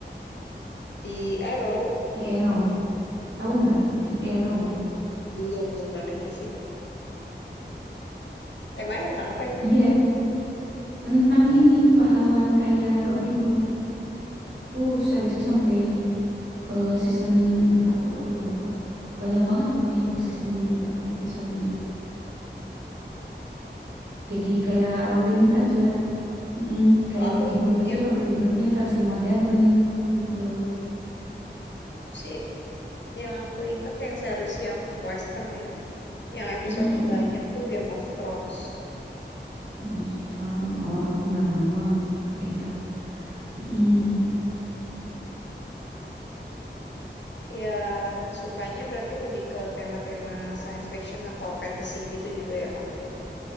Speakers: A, on the left; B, on the right.
A: Di Arrow?
B: The Arrow, tahu nggak? The Arrow.
A: Hmm. Belum, belum pernah denger sih. Temanya tentang apa itu?
B: Iya, tentang ini pahlawan kayak Robin Hood tuh seriesnya
A: Oh,
B: sampai eh, season keberapa tuh aku lupa. Banyak banget pokoknya per seasonnya juga episodenya tuh. Jadi kayak Robin Hood aja, Mm-mm, kayak
A: Kalau aku
B: Robin Hood tapi
A: yang
B: Robin Hoodnya versi modern gitu.
A: sih Yang aku inget yang series yang western ya, yang episodenya
B: Mm-mm, mm-mm.
A: banyak tuh Game of Thrones.
B: Game of Thrones. Oh, aku nggak nonton kayak itu. Mm,
A: Ya, sukanya berarti lebih ke tema-tema science fiction atau fantasy gitu juga ya kamu ya.